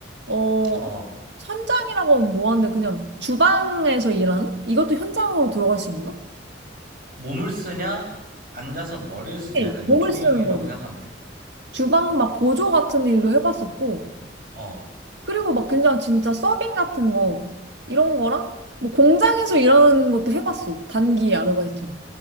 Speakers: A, on the right (about 70°); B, on the right (about 50°).
A: 어
B: 어,
A: 현장이라고는 뭐한데 그냥 주방에서 일하는? 이것도 현장으로 들어갈 수 있나?
B: 몸을 쓰냐? 앉아서 머리를 쓰냐?
A: 네,
B: 약간
A: 몸을
B: 요쪽이라고
A: 쓰는 거지.
B: 생각하면 돼.
A: 주방 막 보조 같은 일도 해봤었고,
B: 어,
A: 그리고 막 그냥 진짜 서빙 같은 거, 이런 거랑, 뭐 공장에서 일하는 것도 해봤어. 단기 아르바이트로.